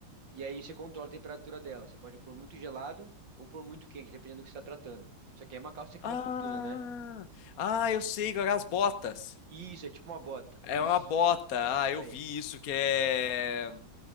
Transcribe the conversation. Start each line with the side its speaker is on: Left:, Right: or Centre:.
Right: E aí você controla a temperatura dela. Você pode pôr muito gelado ou pôr muito quente, dependendo do que você está tratando. Só que aí uma calça que
Left: Ah,
Right: é uma fortuna, né?
Left: ah, eu sei, que é as botas.
Right: Isso, é tipo uma bota.
Left: É
Right: Isso.
Left: uma bota. Ah,
Right: Isso
Left: eu vi
Right: aí.
Left: isso que é.